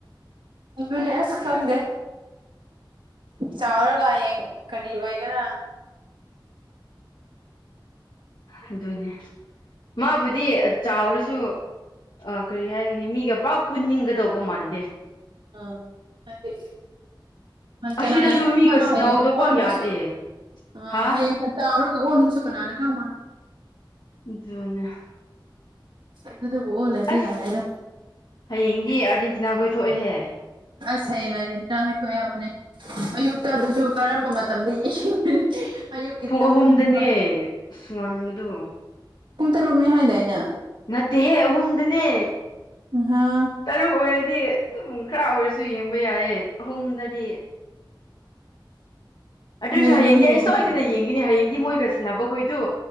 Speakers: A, on the right; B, on the left.
A: ꯑꯗꯨꯅꯦ ꯑꯁ ꯈꯪꯗꯦ ꯆꯥꯎꯔꯒ ꯍꯌꯦꯡ ꯀꯔꯤ ꯑꯣꯏꯒꯦꯔꯥ
B: ꯑꯗꯨꯅꯦ ꯃꯥꯕꯨꯗꯤ ꯆꯥꯎꯔꯁꯨ ꯑ ꯀꯔꯤ ꯍꯥꯏꯒꯅꯤ ꯃꯤꯒ ꯄꯥꯛ ꯄꯨꯟꯅꯤꯡꯒꯗꯧꯕ ꯃꯥꯟꯗꯦ
A: ꯑ ꯍꯥꯏꯗꯤ ꯀꯅꯥꯅ
B: ꯑꯁꯤꯗꯁꯨ
A: ꯈꯪꯕꯅꯣ
B: ꯃꯤꯒ ꯁꯅꯥꯎꯗꯣ
A: ꯍꯌꯦꯡ ꯍꯣꯟꯕꯁꯨ
B: ꯄꯥꯛ ꯌꯥꯗꯦ
A: ꯑ
B: ꯍꯥ
A: ꯍꯌꯦꯡ <unintelligible> ꯇꯥꯎꯔꯒ ꯑꯣꯟꯕꯁꯨ ꯀꯅꯥꯅ ꯈꯪꯕꯟ
B: ꯑꯗꯨꯅꯦ
A: ꯑꯗꯨꯗꯕꯨ ꯑꯣꯜꯂꯗꯤ
B: ꯑꯁ
A: ꯌꯥꯔꯦꯗ
B: ꯍꯌꯦꯡꯗꯤ ꯑꯥꯔꯖꯦꯟꯇꯤꯅꯥꯈꯣꯏ ꯊꯣꯛꯑꯦꯍꯦ
A: ꯑꯁ ꯍꯌꯦꯡ ꯑꯔꯖꯦꯟꯇꯤꯅꯥ ꯍꯣꯌ ꯊꯣꯛ ꯑꯦ ꯍꯥꯏꯕꯅꯦ ꯑꯌꯨꯛꯇ ꯑꯗꯨꯁꯨ ꯀꯔꯝꯕ ꯃꯇꯝꯗ ꯌꯦꯡꯒꯅꯤ ꯑꯌꯨꯛꯀꯤ
B: ꯄꯨꯡ
A: ꯇꯨꯝꯕ
B: ꯑꯍꯨꯝꯗꯅꯦ ꯑꯁ ꯉꯟꯕꯗꯨ
A: ꯄꯨꯡ ꯇꯔꯨꯛꯅꯤ ꯍꯥꯏꯗꯥꯏꯅꯦ
B: ꯅꯠꯇꯦꯍꯦ ꯑꯍꯨꯝꯗꯅꯦ
A: ꯑꯍꯥ
B: ꯇꯔꯨꯛ ꯑꯣꯏꯔꯗꯤ ꯑꯗꯨꯝ ꯈꯔ ꯑꯣꯏꯔꯁꯨ ꯌꯦꯡꯕ ꯌꯥꯏꯌꯦ ꯑꯍꯨꯝꯗꯗꯤ ꯑꯗꯨꯁꯨ
A: ꯌꯦꯡꯕꯗꯤ
B: ꯍꯌꯦꯡꯗꯤ ꯑꯩ
A: ꯌꯦꯡꯉꯦ
B: ꯁꯣꯏꯗꯅ ꯌꯦꯡꯒꯅꯤ ꯍꯌꯦꯡꯗꯤ ꯃꯣꯏꯒ ꯁꯅꯕꯈꯣꯏꯗꯣ